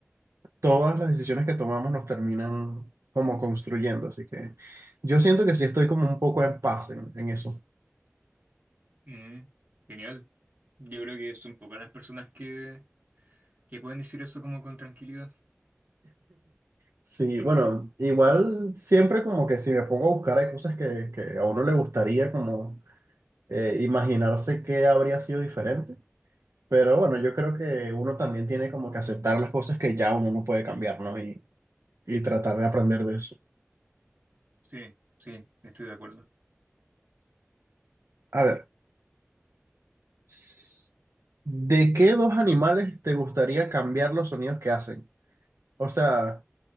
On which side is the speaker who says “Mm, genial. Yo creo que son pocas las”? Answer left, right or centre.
Right